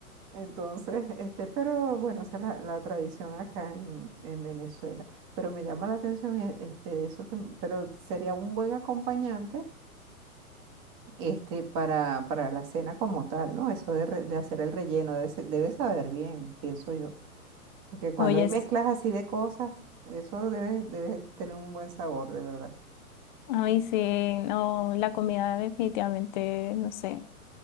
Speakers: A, on the right; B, on the left.
A: Entonces, este, pero bueno, esa es la, la tradición acá en, en Venezuela. Pero me llama la atención e- este, eso que, m- pero sería un buen acompañante este, para, para la cena como tal, ¿no? Eso de, re- de hacer el relleno, debe, se- debe saber bien, pienso yo. Porque cuando
B: Oye,
A: hay mezclas
B: sí.
A: así de cosas, eso debe, debe tener un buen sabor, de verdad.
B: ay, sí, no, la comida definitivamente, no sé.